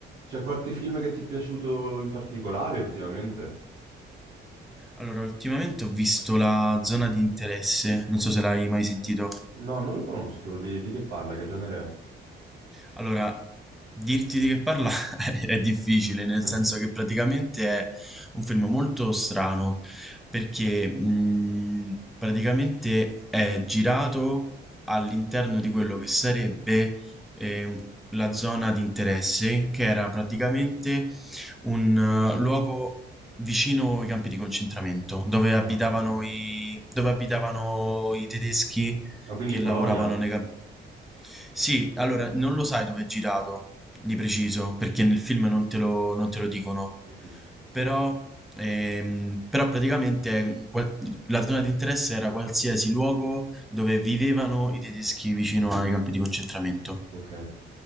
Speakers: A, on the right; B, in the centre.
A: C'è qualche film che ti è piaciuto in particolare ultimamente?
B: Allora, ultimamente ho visto la zona di interesse, non so se l'hai mai sentito.
A: No, non lo conosco. Di, di che parla? Che genere
B: Allora, dirti di che parla <laughs> è difficile, nel
A: è?
B: senso
A: <laughs>
B: che praticamente è un film molto strano, perché mh, praticamente è girato all'interno di quello che sarebbe eh, un- la zona di interesse, che era praticamente un eh, luogo vicino ai campi di concentramento, dove
A: Ah,
B: abitavano
A: ok.
B: i, dove abitavano i tedeschi
A: Ma quindi
B: che
A: in Polonia?
B: lavoravano nei campi. Sì, allora non lo sai dove è girato di preciso, perché nel film non te lo, non te lo dicono,
A: Mhm.
B: però, ehm, però praticamente qual- la zona di interesse era qualsiasi luogo dove vivevano i tedeschi vicino ai campi di concentramento.
A: Ok.